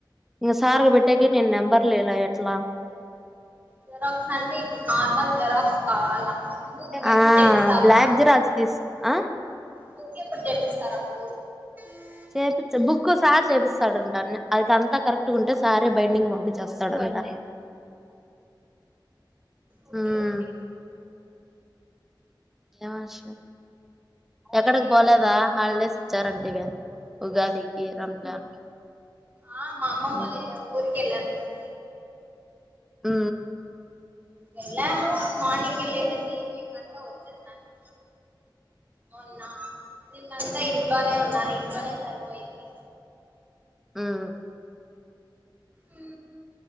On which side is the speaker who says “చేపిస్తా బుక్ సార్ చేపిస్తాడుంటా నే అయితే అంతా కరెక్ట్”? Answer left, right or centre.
Centre